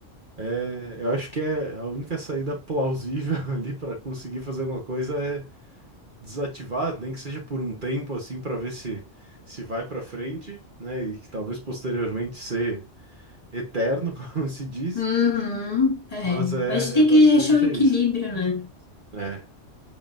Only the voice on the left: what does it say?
Uhum, é.
Mas tem
que achar o
equilíbrio,
né?